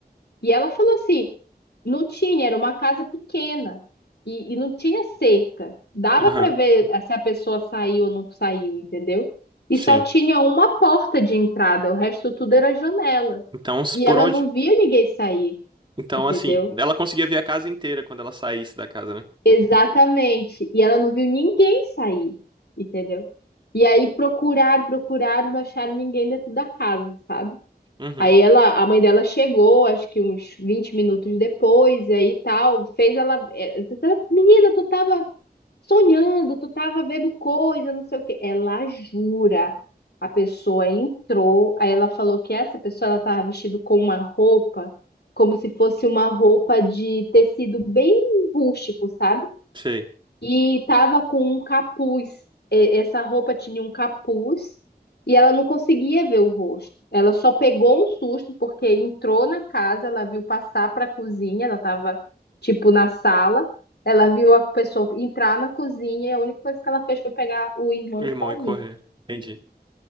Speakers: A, on the left; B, on the right.
A: E ela falou assim: não tinha, era uma casa pequena e, e não tinha cerca. Dava
B: Aham,
A: para ver eh, se a pessoa saiu ou não saiu, entendeu? E
B: sim.
A: só tinha uma porta de entrada, o resto tudo era janela.
B: Então, s-
A: E
B: por
A: ela
B: onde?
A: não viu ninguém sair,
B: Então,
A: entendeu?
B: assim, ela conseguia ver a casa inteira quando ela saísse da casa, né?
A: Exatamente. E ela não viu ninguém sair, entendeu? E aí procuraram, procuraram, não acharam ninguém dentro da casa, sabe?
B: Uhum,
A: Aí ela, a mãe dela chegou, acho que uns 20 minutos depois, e aí tal, fez ela, eh, menina, tu tava sonhando, tu tava vendo coisa, não sei o quê. Ela jura. A pessoa entrou, aí ela falou que essa pessoa ela tava vestida com uma roupa, como se fosse uma roupa de tecido bem rústico, sabe?
B: sei.
A: e tava com um capuz. E- Essa roupa tinha um capuz e ela não conseguia ver o rosto. Ela só pegou um susto porque entrou na casa, ela viu passar para a cozinha, ela tava tipo na sala. Ela viu a pessoa entrar na cozinha e a única coisa que ela fez foi pegar o irmão
B: O
A: e
B: irmão
A: sair.
B: ia correr. Entendi.